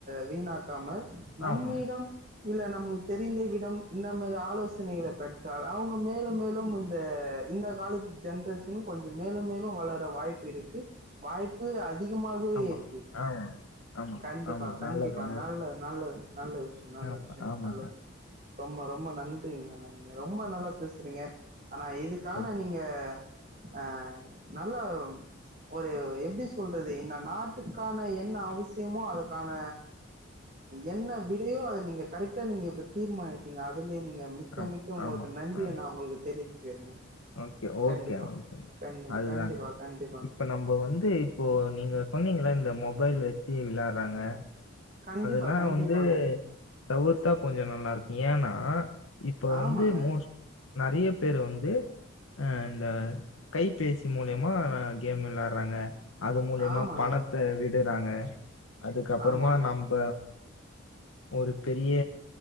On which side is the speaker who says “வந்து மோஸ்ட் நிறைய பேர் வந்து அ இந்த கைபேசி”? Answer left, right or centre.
Left